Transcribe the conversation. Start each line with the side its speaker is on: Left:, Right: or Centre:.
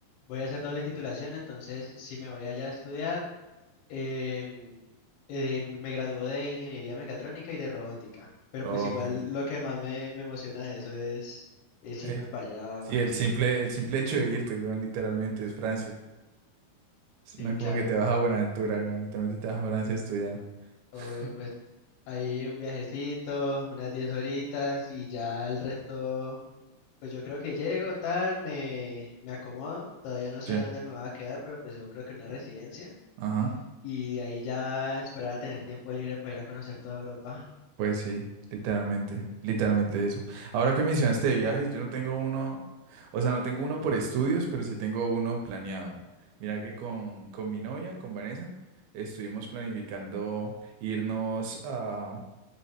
Left: voy a hacer doble titulación, entonces sí me voy allá a estudiar em, eh, me gradué de ingeniería mecatrónica y de robótica, pero
Right: Ok.
Left: pues igual lo que más me, me emociona de eso es, es
Right: Eh,
Left: irme para allá,
Right: sí,
Left: parce.
Right: el simple, el simple hecho de irte, weón, literalmente es Francia. Es-
Left: Sí,
Right: No es como
Left: claro,
Right: que te vas a Buenaventura, weón, literalmente te vas a Francia a estudiar.
Left: obvio,
Right: <laughs>
Left: pues ahí un viajecito, unas 10 horitas y ya el resto, pues yo creo que llego, tal, me, me acomodo, todavía no sé
Right: Sí.
Left: dónde me voy a quedar, pero pues yo creo que en una residencia
Right: Ajá.
Left: y de ahí ya esperar a tener tiempo libre para ir a conocer toda Europa.
Right: Pues sí, literalmente, literalmente eso. Ahora que mencionaste de viajes, yo no tengo uno, o sea, no tengo uno por estudios, pero sí tengo uno planeado. Mira que con, con mi novia, con Vanessa, estuvimos planificando irnos a,